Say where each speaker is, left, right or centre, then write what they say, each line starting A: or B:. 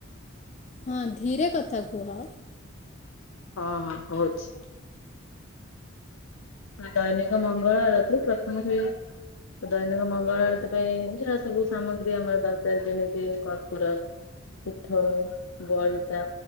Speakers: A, on the left; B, on the left.
A: ହଁ ଧୀରେ କଥା କୁହ।
B: ହଁ ହଁ କହୁଛି। ଦୈନିକ ମଙ୍ଗଳ ଆଳତୀ ପ୍ରଥମେ ହୁଏ। ଦୈନିକ ମଙ୍ଗଳ ଆଳତୀ ପାଇଁ ଯାହା ସବୁ ସାମଗ୍ରୀ ଆମର ଦରକାର ଯେମିତି କର୍ପୁର ପିଠଉ ବଳିତା